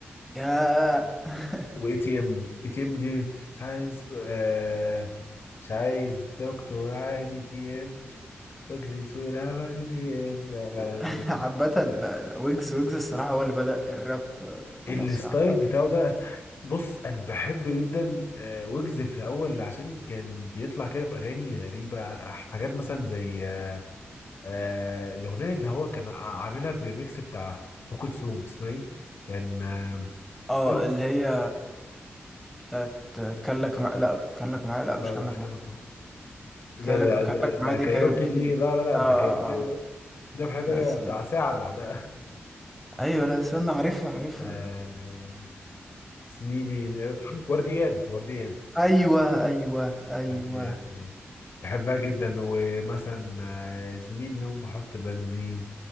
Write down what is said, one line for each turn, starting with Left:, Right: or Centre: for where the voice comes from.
Centre: ياه <laughs>
Left: واي تي ام اي تي ام دي مش عايز آه مش عايز دكتور عايز اي تي ام واجزي سوق العمل في البي ام لا لا
Centre: <laughs>
Left: لا
Centre: عامة لا- لا، ويجز ويجز الصراحة هو اللي بدأ الراب في
Left: الستايل
Centre: مصر عامة
Left: بتاعه ده بص انا بحب جدا آه، ويجز في الاول عشان كان بيطلع كده باغاني غريبه ع- حاجات مثلا زي آه، آه، الاغنيه اللي هو كان ع- عاملها بريميكس بتاع ام كلثوم اسمها ايه كان آه،
Centre: اه
Left: في اغنيه
Centre: اللي هي بتاعت كان لك مع... لا كان لك معايا لا
Left: لا
Centre: مش كان
Left: لا مش
Centre: لك معايا
Left: كلمه ده
Centre: كان
Left: ده
Centre: لك كان لك
Left: ده
Centre: معايا دي
Left: كايروكي
Centre: كايروكي
Left: دي لا لا لا
Centre: اه
Left: ده كايروكي
Centre: اه
Left: الذبح ده
Centre: لا استنى
Left: بتاع ساعة لوحدها
Centre: ايوه لا استنى عارفها عارفها
Left: آه، زميلي ورديان ورديان
Centre: ايوه ايوه ايوه
Left: ورديان آه. بحبها جدا ومثلا آه، زميلي يوم ما احط بنزين